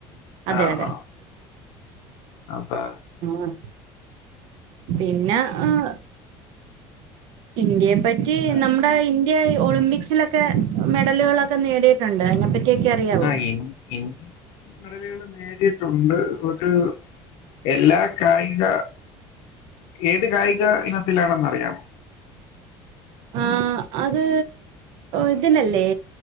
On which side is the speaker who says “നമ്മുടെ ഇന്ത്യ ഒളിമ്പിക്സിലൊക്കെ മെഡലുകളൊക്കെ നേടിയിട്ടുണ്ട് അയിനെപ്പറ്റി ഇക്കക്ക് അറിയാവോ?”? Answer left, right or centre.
Right